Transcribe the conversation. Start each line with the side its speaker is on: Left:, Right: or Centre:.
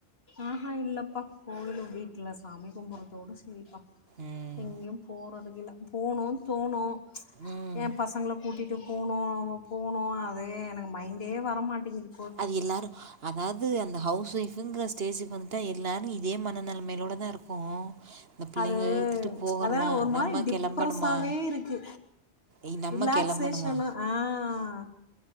Left: ஆஹா இல்லப்பா கோவிலும் வீட்டுல சாமி கும்புறதோடு செய்யப்பா
Right: ம்
Left: எங்கேயும் போற அப்படிங்கள போகணும் தோணும்
Right: ம்
Left: என் பசங்களை கூட்டிகிட்டு போனோம் நம்ம போனோம் அது எனக்கு மைண்டே வரமாட்டேங்கு
Right: அது எல்லாரும் அதாவது அந்த ஹவுஸ் ஒயஃபங்கற ஸ்டேஜுக்கு வந்துட்டா எல்லோரும் இதே மனநிலைமையிலோடு தான் இருக்கும் இந்த பிள்ளைங்களை
Left: அது
Right: இழுத்துட்டு போகணுமா
Left: அதான் ஒரு மாதிரி
Right: நம்ம
Left: டிப்ரஸ்ாவே
Right: கிளம்பணுமா
Left: இருக்கு
Right: இ- நம்ம
Left: ரிலாக்ஸியேஷன்
Right: கிளம்பணுமா
Left: ஆஹ்